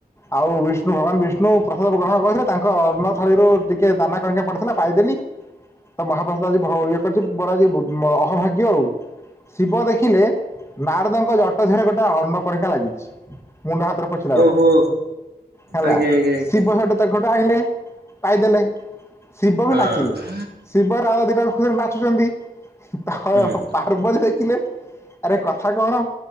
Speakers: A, on the left; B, on the right.
A: ଆଉ ବିଷ୍ଣୁ ଭଗବାନ ବିଷ୍ଣୁ ପ୍ରସାଦ ଗ୍ରହଣ କରିଥିଲେ ତାଙ୍କ ଅନ୍ନ ଥାଳିରୁ ଟିକେ ଦାନା କଣିକା ପଡି ଲା ପାଇଦେଲି ତ ମହାପ୍ରସାଦ ଆଜି ଇଏ କରିଛି ମୋର ଆଜି ଅହଭାଗ୍ୟ ଆଉ। ଶିବ ଦେଖିଲେ ନାରଦଙ୍କ ଜଟ ଧରେ ଗୋଟେ ଅନ୍ନକଣିକା ଲାଗିଛି ମୁଣ୍ଡ ହାତରେ ପଛ
B: ଓହୋ।
A: ହେଲା
B: ଆଜ୍ଞା ଆଜ୍ଞା ଆଜ୍ଞା
A: ଶିବ ସେଟୁ ତାଙ୍କଠୁ ଆଣିଲେ ପାଇଦେଲେ ଶିବ
B: ହଁ
A: ବି ନାଚିଲେ ଶିବ ରା ଆଉ ଦିଟା ଖୁସିରେ ନାଚୁଛନ୍ତି ତ ପା
B: ହୁଁ
A: ପାର୍ବତୀ ଦେଖିଲେ ଆରେ କଥା କଣ